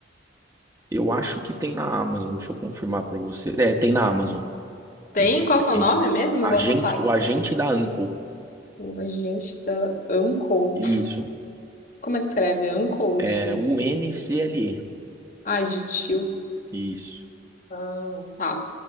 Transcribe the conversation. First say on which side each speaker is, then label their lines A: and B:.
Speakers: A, on the right; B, on the left.
A: Eu acho que tem na Amazon, deixa eu confirmar pra você. É, tem na Amazon.
B: Tem?
A: no Prime.
B: Qual que é o nome
A: Isso.
B: mesmo?
A: Agente,
B: Vou anotar aqui.
A: o agente da Uncle.
B: O agente da Uncode.
A: Isso.
B: Como é que escreve? Uncode.
A: É o NCLE.
B: Ah, de tio.
A: Isso.
B: Ah, tá.